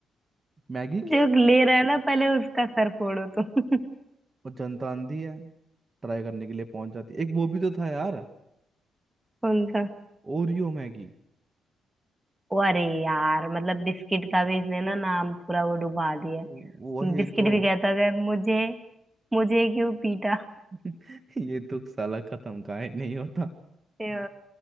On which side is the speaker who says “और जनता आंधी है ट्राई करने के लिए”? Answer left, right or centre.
Right